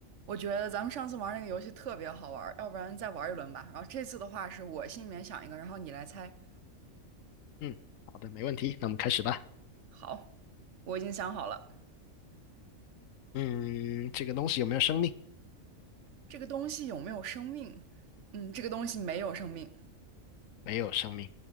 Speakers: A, on the right (about 65°); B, on the left (about 80°).
A: 我觉得咱们上次玩那个游戏特别好玩儿，要不然再玩一轮吧。然后这次的话是我心里面想一个，然后你来猜。
B: 嗯，好的，没问题。那我们开始吧。
A: 好，我已经想好了，
B: 嗯，这个东西有没有生命？
A: 这个东西有没有生命？嗯，这个东西没有生命。
B: 没有生命。